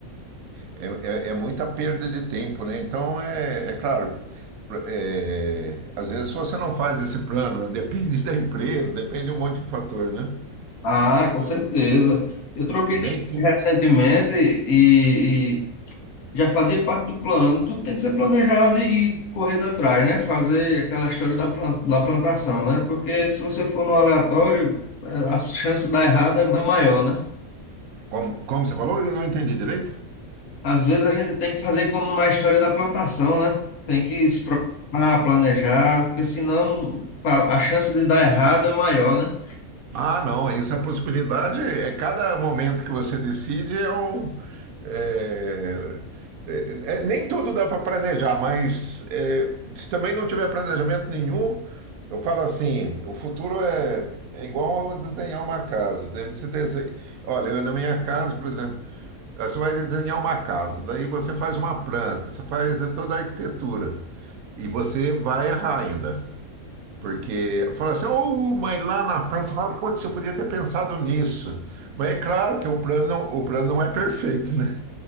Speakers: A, on the right; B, on the left.
A: É, é- é muita perda de tempo, né? Então, é, é claro, pr- é, às vezes se você não faz esse plano, <laughs> depende da empresa, depende de um monte de fator, né?
B: Ah, com certeza. Eu troquei
A: Nem, tu-
B: recentemente e já fazia parte do plano. Tudo tem que ser planejado e correr atrás, né? Fazer aquela história da, plan- da plantação, né? Porque se você for no aleatório, eh, as chances de dar errado é ma- maior, né?
A: como, como você falou, eu não entendi direito.
B: Às vezes a gente tem que fazer como na história da plantação, né? Tem que se preocupar, planejar, porque senão a a chance de dar errado é maior, né?
A: Ah, não, essa possibilidade é cada momento que você decide é um. é- é- é- nem tudo dá para planejar, mas é, se também não tiver planejamento nenhum, eu falo assim: o futuro é, é igual a desenhar uma casa. Daí Você desenha, olha, eu, na minha casa, por exemplo, você vai desenhar uma casa, daí você faz uma planta, você faz toda a arquitetura e você vai errar ainda. Porque fala assim, ô mãe, lá na França, fala, putz, você podia ter pensado nisso. Mas é claro que o plano, o plano não é perfeito, né?